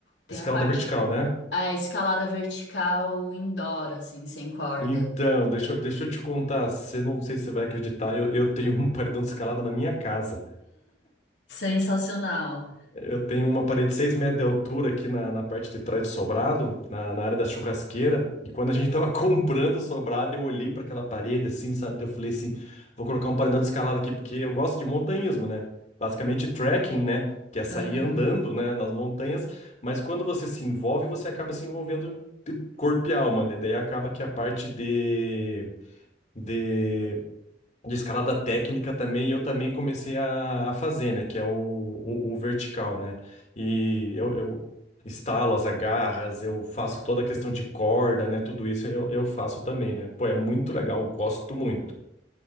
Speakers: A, on the left; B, on the left.
A: Tem
B: Escalada
A: a parte.
B: vertical, né?
A: A escalada vertical indoor, assim, sem corda.
B: Então, deixa, eu- deixa eu te contar. Você não sei se você vai acreditar, eu, eu tenho um <laughs> paredão de escalada na minha casa.
A: Sensacional.
B: Eu tenho uma parede de 6 metros de altura aqui na, na parte de trás do sobrado, na, na área da churrasqueira. E quando a gente tava <laughs> comprando o sobrado, eu olhei para aquela parede assim, sabe? Daí Eu falei assim: vou colocar um paredão escalado aqui, porque eu gosto de montanhismo, né? Basicamente trekking, né? Que é sair
A: Aham.
B: andando, né, nas montanhas. Mas quando você se envolve, você acaba se envolvendo de corpo e alma, né? Daí acaba que a parte de de de escalada técnica também, eu também comecei a, a fazer, né? Que é o, o, o vertical, né? E eu, eu instalo as agarras, eu faço toda a questão de corda, né? Tudo isso eu, eu faço também, né? Pô, é muito legal, gosto muito.